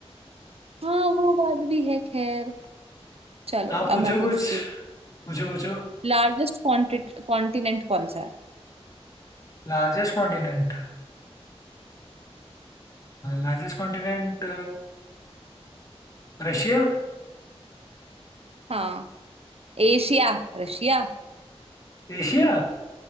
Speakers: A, on the right; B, on the left.
A: हाँ वो बात भी है खैर चलो
B: आप पूछो
A: अब मैं पूछती
B: कुछ
A: हूँ
B: पूछो पूछो
A: लार्जेस्ट कॉन्टिनेंट कौन सा है
B: Largest continent largest continent Russia
A: हाँ एशिया रशिया
B: Asia